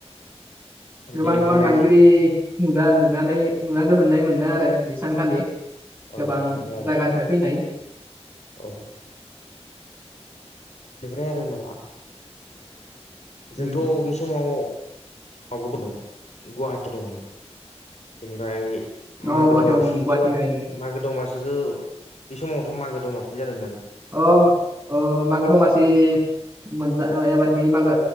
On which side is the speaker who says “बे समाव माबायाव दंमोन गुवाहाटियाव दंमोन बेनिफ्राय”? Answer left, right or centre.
Left